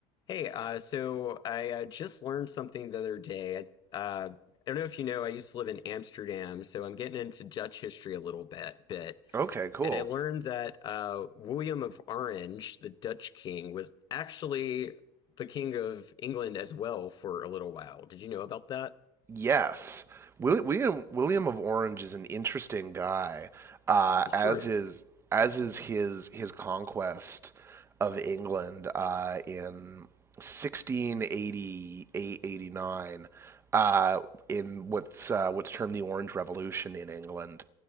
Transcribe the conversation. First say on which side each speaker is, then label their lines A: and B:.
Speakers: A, on the left (about 35°); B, on the right (about 20°).
A: Hey, uh, so I uh, just learned something the other day. I, uh, I don't know if you know, I used to live in Amsterdam, so I'm getting into Dutch history a little bit, bit.
B: Okay, cool.
A: And I learned that uh, William of Orange, the Dutch king, was actually the king of England as well for a little while. Did you know about that?
B: Yes. Willi- William William of Orange is an interesting guy, uh,
A: He sure
B: as
A: is.
B: is as is his his conquest of England uh, in sixteen eighty eight eighty nine, uh, in what's uh, what's termed the Orange Revolution in England.